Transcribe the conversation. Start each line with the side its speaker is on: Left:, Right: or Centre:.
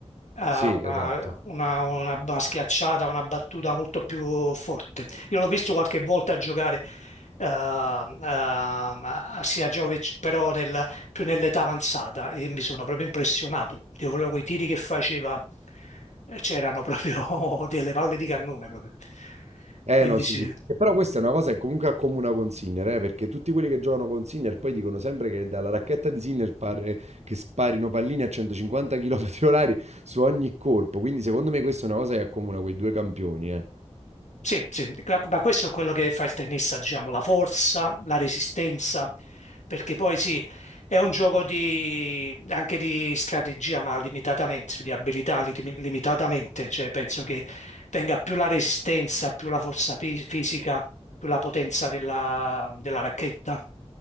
Left: ha
Right: Sì,
Left: una,
Right: esatto.
Left: una, una ba- schiacciata, una battuta molto più forte. Io l'ho visto qualche volta giocare eh, eh, sia Djokovic, però nel- più nell'età avanzata e mi sono proprio impressionato. Io quello- quei tiri che faceva eh, c'erano proprio <laughs> delle palle di cannone proprio.
Right: Eh
Left: Quindi
Right: no, sì,
Left: sì.
Right: sì. E però questa è una cosa che comunque accomuna con Sinner, eh, perché tutti quelli che giocano con Sinner poi dicono sempre che dalla racchetta di Sinner pare che sparino palline a 150 km orari su ogni colpo. Quindi secondo me questa è una cosa che accomuna quei due campioni, eh.
Left: Sì, sì, ma questo è quello che fa il tennista, diciamo, la forza, la resistenza, perché poi sì, è un gioco di, anche di strategia, ma limitatamente, di abilità li- limitatamente, cioè penso che venga più la resistenza, più la forza fi- fisica, più la potenza della, della racchetta,